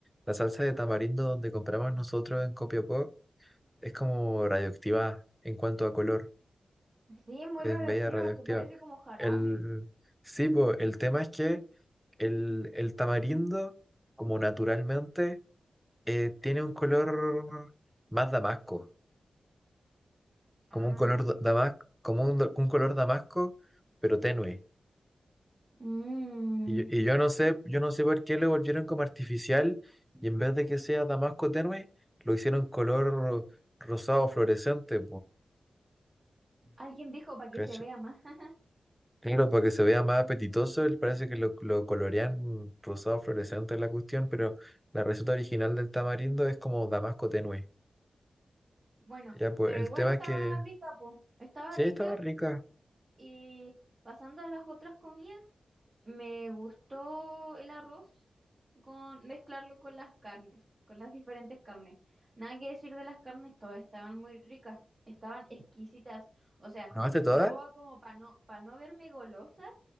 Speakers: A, in the centre; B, on the right (about 40°).
A: la salsa de tamarindo donde compramos nosotros en Copiapó es como radioactiva en cuanto a color,
B: Sí, es muy
A: es
B: radioactiva,
A: media radioactiva.
B: que parece como jarabe.
A: El, sí, po, el tema es que el, el tamarindo, como naturalmente, eh, tiene un color más damasco, como
B: Ah,
A: un color
B: ya, ya,
A: damasco,
B: ya.
A: como un, do- un color damasco, pero tenue.
B: Mm,
A: Y, yo- y yo no sé, yo no sé por qué lo volvieron como artificial y en vez de que sea damasco tenue, lo hicieron color rosado fluorescente,
B: alguien dijo para que
A: pues.
B: se vea más. <laughs>
A: Claro, para que se vea más apetitoso, él parece que lo, lo colorean rosado fluorescente en la cuestión, pero la receta original del tamarindo es como damasco tenue.
B: Bueno,
A: Ya, pues
B: pero
A: el
B: igual
A: tema
B: estaba
A: es que
B: rica, po. Estaba
A: sí,
B: rica
A: estaba rica.
B: y pasando a las otras comidas. Me gustó el arroz con mezclarlo con las carnes, con las diferentes carnes. Nada que decir de las carnes, todas estaban muy ricas, estaban exquisitas. O sea,
A: ¿Probaste
B: yo
A: todas?
B: como para no, para no verme golosa,